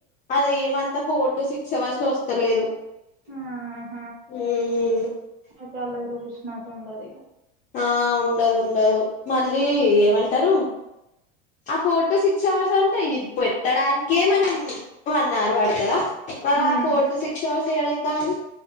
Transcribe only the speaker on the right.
ఆహ
అయితే అాలా చూపించినట్టు ఉండది
ఉమ్